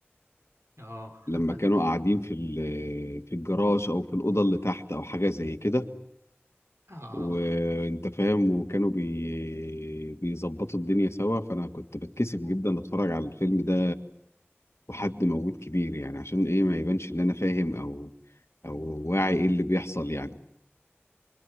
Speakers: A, on the right; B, on the left.
A: اه
B: لما
A: <laughs>
B: كانوا قاعدين في ال- في الجراج او في الاوضه اللي تحت او حاجه زي كده
A: اه
B: وانت فاهم وكانوا بي بيظبطوا الدنيا سوا فانا كنت بتكسف جدا اتفرج على الفيلم ده وحد موجود كبير يعني عشان ايه ما يبانش ان انا فاهم او او واعي ايه اللي بيحصل يعني